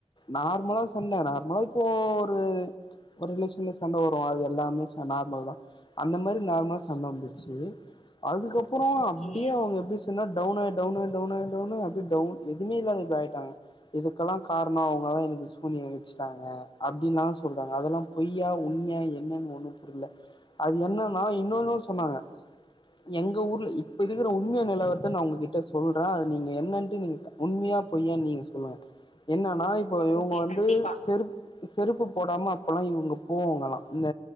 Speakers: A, on the left (about 45°); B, on the left (about 80°).
A: நார்மலா சொன்ன நார்மலா இப்போ ஒரு ஒரு ரிலேஷன்ல சண்ட வரு அப்புறம் அது எல்லாமே சொ நார்மல் தா அந்த மாரி நார்மலா சண்ட வந்துச்சி அதுக்கப்புறம்
B: ஓகே
A: அப்டியே அவங்க எப்டி சொன்னா டவுன் ஆய் டவுன் ஆய் டவுன் ஆய் டவுன் ஆய் அப்டே டவுன் எதுமே இல்லாத இப்டி ஆய்ட்டாங்க இதுகல்லாம் காரணம் அவுங்கதா எனக்கு சூனியம் வச்சிட்டாங்க அப்டின்லா சொல்றாங்க அதெல்லாம் பொய்யா உண் மியா என்னன்னு ஒண்ணும் புர்ல அது என்னன்னா இன்னொன்னும் சொன்னாங்க எங்க ஊர்ல இப்ப இருக்கற உண்மையா நிலவர்த்த நா உங்ககிட்ட சொல்றன் அது நீங்க என்னன்ட்டு நீங்க உண்மையா பொய்யா நீங்க சொ சொல்வ என்னான் னா இப்ப இவுங்க
B: ஓகே
A: வந்து
B: கண்டிப்பா
A: செருப் செருப்பு போடாம அப்போல்லா இவுங்க போவங்கலா இந்த